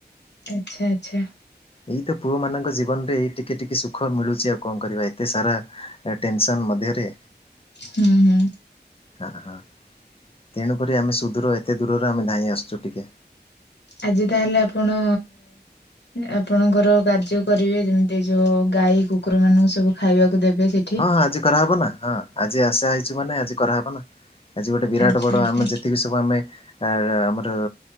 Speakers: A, on the left; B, on the left.
A: ଆଚ୍ଛା ଆଚ୍ଛା।
B: ଏଇ ତ ପୁଅମାନଙ୍କ ଜୀବନରେ ଏ ଟିକେ ଟିକେ ସୁଖ ମିଳୁଛି ଆଉ କଣ। କରିବା ଏତେ ସାରା ଟେନସନ୍ ମଧ୍ୟରେ।
A: ହୁଁ ହୁଁ
B: ହଁ ହଁ। ତେଣୁକରି ଆମେ ସୁଦୂର ଏତେ ଦୂରରୁ ଆମେ ଧାଇଁ ଆସୁଛୁ ଟିକେ।
A: ଆଜି ତାହେଲେ ଆପଣ ଆପଣଙ୍କର କାର୍ଯ୍ୟ କରିବେ ଯେମିତି ଯୋଉ ଗାଈ କୁକୁର ମାନଙ୍କୁ ସବୁ ଖାଇବାକୁ ଦେବେ ସେଠି
B: ହଁ ଆଜି କରାହବ ନା ହଁ ଆଜି ଆଶା ହେଇଚୁ ମାନେ ଆଜି କରାହେବ ନା ଆଜି ଗୋଟେ ବିରାଟ
A: ଆଚ୍ଛା
B: ବଡ
A: ଆଚ୍ଛା
B: ଆମେ ଯେତିକି ସବୁ ଆମେ ଆ ଆମର